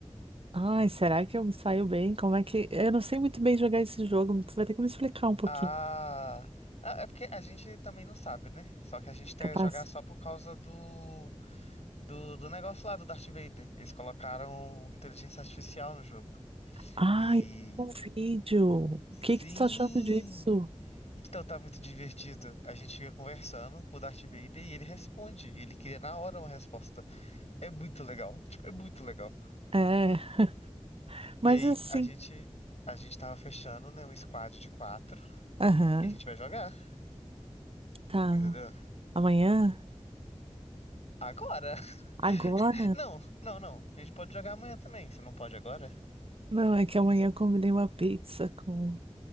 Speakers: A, on the right; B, on the left.
A: Ai, será que eu me saio bem? Como é que. Eu não sei muito bem jogar esse jogo, tu vai ter que me explicar um pouquinho,
B: Ah, ah, é porque a gente também não sabe, né? Só que a gente quer
A: capaz?
B: jogar só por causa do, do do negócio lá do Darth Vader. Eles colocaram inteligência artificial no jogo.
A: Ai,
B: E
A: um vídeo. O
B: sim,
A: que que tu tá achando disso?
B: então tá muito divertido. A gente fica conversando com o Darth Vader e ele responde, ele cria na hora uma resposta. É muito legal, tipo, é muito legal.
A: É, <laughs> mas
B: E aí
A: assim.
B: a gente a gente tava fechando, né, um squad de quatro
A: Aham,
B: e a gente vai jogar,
A: tá.
B: entendeu?
A: Amanhã?
B: Agora. <laughs>
A: Agora?
B: Não, não, não. A gente pode jogar amanhã também. Você não pode agora?
A: Não, é que amanhã eu combinei uma pizza com